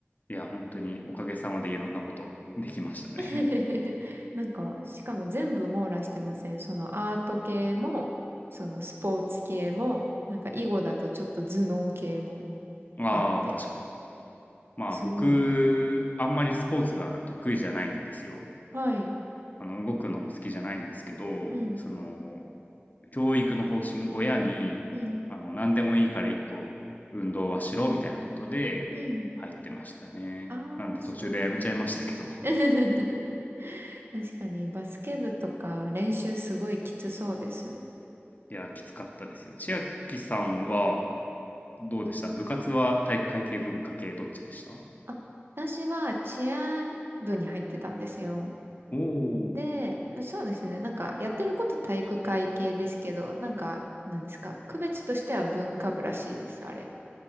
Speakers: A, on the left (about 40°); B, on the right (about 60°).
A: いや、本当におかげさまでいろんなことできましたね。
B: <laughs> なんか、しかも全部網羅してません。そのアート系も、そのスポーツ系も、なんか囲碁だとちょっと頭脳系も
A: <laughs> ああ、
B: あって、
A: 確かに。まあ僕、
B: すごい。
A: あんまりスポーツが得意じゃないんですよ。
B: はい。
A: あの、動くのも好きじゃないんですけど、
B: うん、
A: その、教育の方針、親に、
B: うん、
A: あの、何でもいいから一個運動はしろみたいなことで入ってましたね。
B: うん。ああ、
A: なんで途中でやめちゃいましたけど。
B: そう
A: <laughs>
B: なん。<laughs> 確かにバスケ部とか練習すごいきつそうです。
A: いや、きつかったですよ。千秋さんはどうでした部活は体育会系文化系どっちでした
B: あ、私はチア部に入ってたんですよ。
A: おお
B: で、
A: ー。
B: そうですね。なんか、やってること体育会系ですけど、なんか、なんですか。区別としては文化部らしいです、あれ。